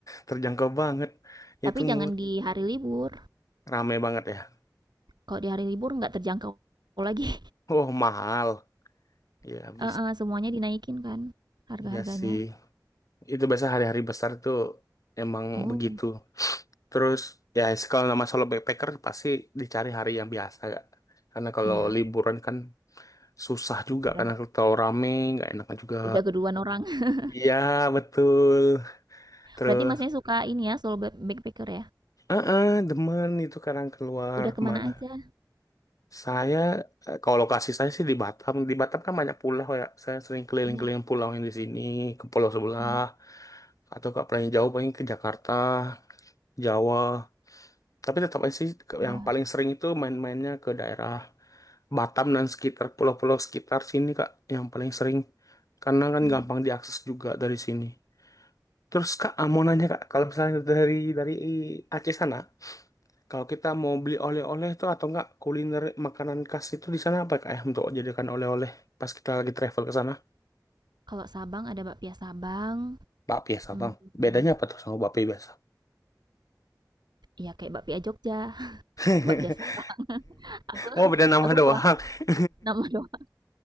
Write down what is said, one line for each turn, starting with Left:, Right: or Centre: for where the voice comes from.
Left: terjangkau banget. Itu
Right: tapi jangan
Left: murah,
Right: di hari libur,
Left: rame banget ya.
Right: kalau di hari libur nggak terjangkau lagi
Left: Oh mahal, ya
Right: <laughs>
Left: habis.
Right: heeh, semuanya dinaikin kan harga-harganya.
Left: Iya sih, itu biasa hari-hari besar tuh emang
Right: Oh.
Left: begitu. Terus ya kalau nama solo backpacker pasti dicari hari yang biasa gak? Karena kalau
Right: Iya,
Left: liburan kan susah juga
Right: udah
Left: karena kalau rame nggak enak juga.
Right: udah keduluan orang. <laughs>
Left: Iya betul. Terus,
Right: Berarti Masnya suka ini ya, solo back- backpacker ya?
Left: eh eh, demen itu kadang keluar
Right: Udah kemana
Left: kemana
Right: aja?
Left: Saya eh, kalau lokasi saya sih di Batam. Di Batam kan banyak pulau ya. Saya sering keliling-keliling
Right: Iya,
Left: pulau yang di sini, ke pulau sebelah,
Right: wih,
Left: atau ke paling jauh paling ke Jakarta, Jawa. Tapi tetap aja sih ke-
Right: udah,
Left: yang paling sering itu main-mainnya ke daerah Batam dan sekitar pulau-pulau sekitar sini Kak, yang paling sering. Karena kan
Right: wih.
Left: gampang diakses juga dari sini. Terus Kak, ah, mau nanya Kak, kalau misalnya dari dari Aceh sana, kalau kita mau beli oleh-oleh tuh atau enggak kuliner makanan khas itu di sana apa kak ya untuk jadikan oleh-oleh pas kita lagi travel ke sana?
Right: Kalau Sabang ada bakpia Sabang,
Left: Bakpia sama.
Right: hmm,
Left: Bedanya apa tuh sama bakpia biasa?
Right: ya kayak bakpia Jogja,
Left: <laughs>
Right: <laughs> bakpia Sabang. Aku
Left: Mau beda nama
Right: aku
Left: doang.
Right: kurang tahu
Left: <laughs>
Right: nama doang.